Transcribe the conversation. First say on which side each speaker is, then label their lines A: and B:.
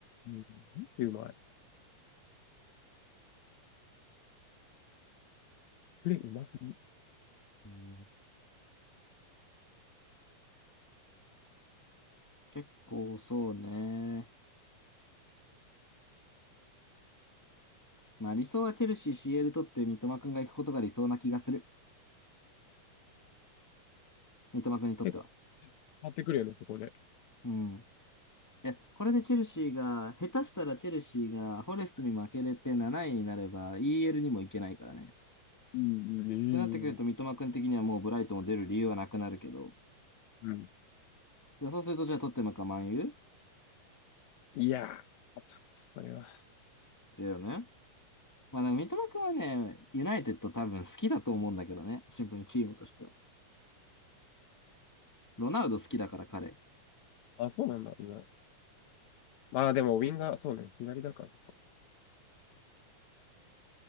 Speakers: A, on the left; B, on the left.
A: ん、マジでうまい。プレーうますぎ。
B: うん、結構そうね。まあ理想はチェルシー CL 取って三笘くんが行くことが理想な気がする。三笘くんにとっては。
A: 結構変わってくるよね、そこで。
B: うん。いや、これでチェルシーが、下手したらチェルシーがフォレストに負けれて7位になれば EL にも行けないからね。
A: うん、うん。
B: ってなってくると三笘くん的にはもうブライトンを出る理由はなくなるけど。
A: えーうん。
B: でそうするとじゃあ取ってもかマンユ
A: いやー、あちょっとそれは。
B: ーだよね。まあ、でも三笘くんはね、ユナイテッド多分好きだと思うんだけどね。シンプルにチームとしては。ロナウド好きだから彼。
A: あ、そうなんだ、今。まあでも、ウィンガー、そうね、左だから、そっか。